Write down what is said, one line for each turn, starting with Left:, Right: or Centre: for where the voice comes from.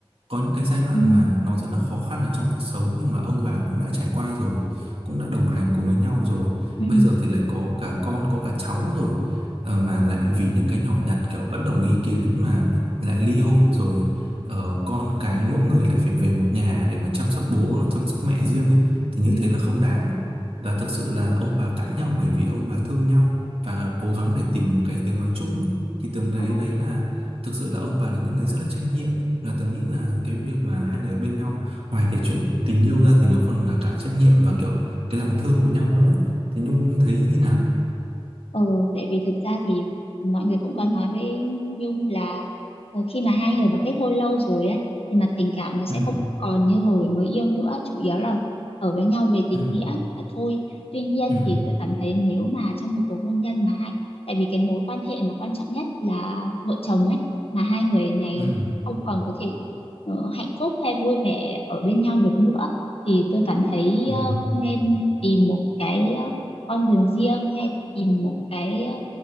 Right: có những cái giai đoạn
Left: ừ
Right: mà nó rất là khó khăn ở trong cuộc sống nhưng mà ông bà cũng đã trải qua rồi cũng đã đồng hành cùng với nhau rồi
Left: ừ
Right: bây giờ thì lại có cả con có cả cháu rồi Ờ, mà lại vì những cái nhỏ nhặt kiểu bất đồng ý kiến mà lại ly hôn rồi Ờ, con cái mỗi người lại phải về một nhà để mà chăm sóc bố hoặc là chăm sóc mẹ riêng ấy thì như
Left: ừ
Right: thế là không đáng và thực sự là ông bà cãi nhau bởi vì ông bà thương nhau và cố gắng để tìm một cái tiếng nói chung ấy thì tưởng đấy
Left: Ồ.
Right: đấy là thực sự là ông bà là những người rất là trách nhiệm là tôi nghĩ là cái việc mà hai người ở bên nhau ngoài cái chuyện tình yêu ra thì nó còn là cả trách nhiệm và kiểu cái lòng thương với nhau nữa thì Nhung thấy như nào
Left: Ừ, tại vì thực ra thì mọi người cũng có nói với Nhung là ờ, khi mà hai người mà kết hôn lâu rồi ấy thì mặt tình cảm nó sẽ
Right: ừ
Left: không còn như hồi mới yêu nữa chủ yếu là ở với nhau về tình
Right: ừ
Left: nghĩa là thôi tuy nhiên
Right: ừ
Left: thì tôi cảm thấy nếu mà trong một cuộc hôn nhân mà hai tại vì cái mối quan hệ mà quan trọng nhất là vợ chồng ấy mà hai người này
Right: ừ
Left: không còn có thể ờ, hạnh phúc hay vui vẻ ở bên nhau được nữa thì tôi cảm thấy
Right: ừ
Left: ờ, cũng nên tìm một cái ờ, con đường riêng hay tìm một cái ờ,